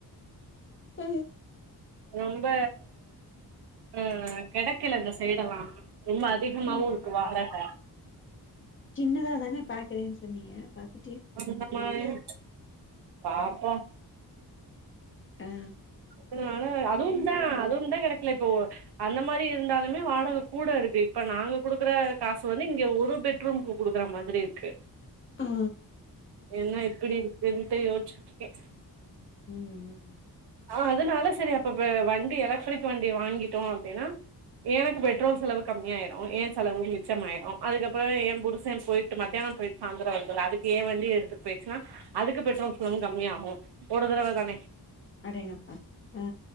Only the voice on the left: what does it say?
ஹ
ம்
சின்னதா தானே பாக்றேனு சொன்னீக பாத்துட்
ஆ
ஆ
ம்
அடேங்கப்பா ஆ